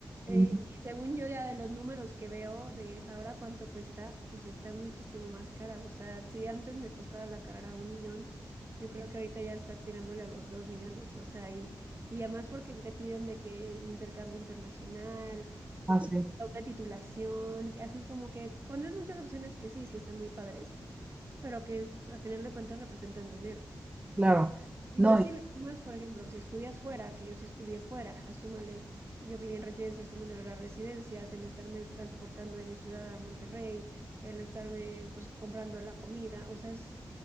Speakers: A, on the right; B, on the right.
A: Eh,
B: Mm.
A: Y según yo, ya de los números que veo de ahora cuánto cuesta, o sea, está muchísimo más cara. O sea, si antes me costaba la carrera un millón, yo creo que ahorita ya está tirándole a los dos millones. O sea, y, y además porque te piden de que intercambio internacional o
B: Ah, sí,
A: una titulación, que así como que ponen muchas opciones que sí, sí están muy padres, pero que es- a final de cuentas representan dinero.
B: claro.
A: Y
B: No,
A: más
B: y-
A: si le sumas, por ejemplo, si estudias fuera, que yo sí estudié fuera, súmale, yo viví en residencia, súmale las residencias, el estarme transportando de mi ciudad a Monterrey, el estarme pues comprando la comida, o sea, es